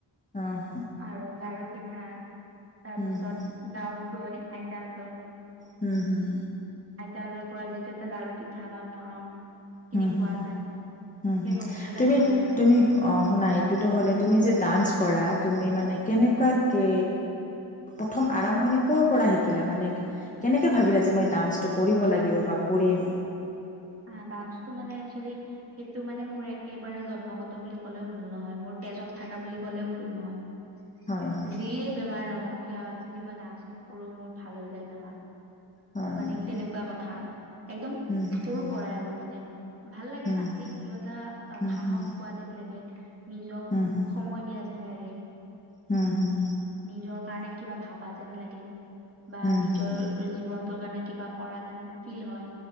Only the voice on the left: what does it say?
হ হ।
হুম
হুম
হুম হুম।
হুম হুম
হুম
হুম,
তুমি
তুমি অ শুনা এইটোতো হ'লে তুমি যে ডান্স কৰা তুমি মানে কেনেকুৱা কে প্ৰথম আৰম্ভণি কৰ পৰা শিকিলে মানে কেনেকৈ ভাবিলে যে মই ডান্সটো কৰিব লাগিব বা কৰিম?
হয়, হয়,
হয়
নেকি?
হুম, হুম,
হুম।
হুম,
হুম,
হুম,
হুম,
হুম, হুম,
হুম হুম।
হুম,
হুম,